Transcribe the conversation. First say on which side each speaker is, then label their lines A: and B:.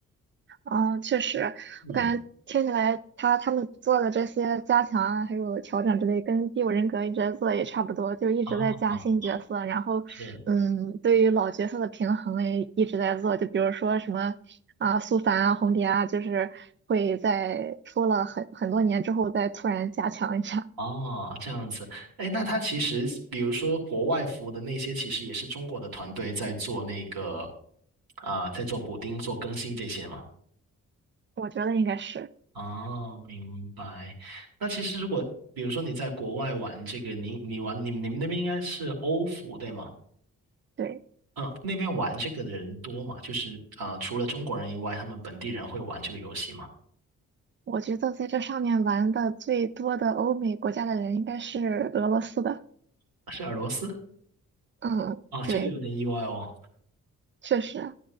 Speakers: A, on the right; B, on the right.
A: 啊，确实，
B: 嗯，
A: 我感觉听起来他他们做的这些加强啊，还有调整之类，跟《第五人格》一直在做也差不多，就一直在加新角色，
B: 啊，
A: 然后嗯，
B: 是。
A: 对于老角色的平衡也一直在做，就比如说什么啊，苏凡啊，红蝶啊，就是会在出了很很多年之后再突然加强一下，
B: 哦，这样子，哎，那他其实，比如说国外服的那些，其实也是中国的团队在做那个，啊、在做补丁、做更新这些嘛。
A: <laughs> 我觉得应该是
B: 哦，明白。那其实如果比如说你在国外玩这个，你你玩你你们那边应该是欧服对吗？
A: 对。
B: 啊，那边玩这个的人多吗？就是啊，除了中国人以外，他们本地人会玩这个游戏吗？
A: 我觉得在这上面玩的最多的欧美国家的人应该是俄罗斯的。
B: 是俄罗斯？
A: 嗯，
B: 啊，这个有点意外哦。
A: 对，确实，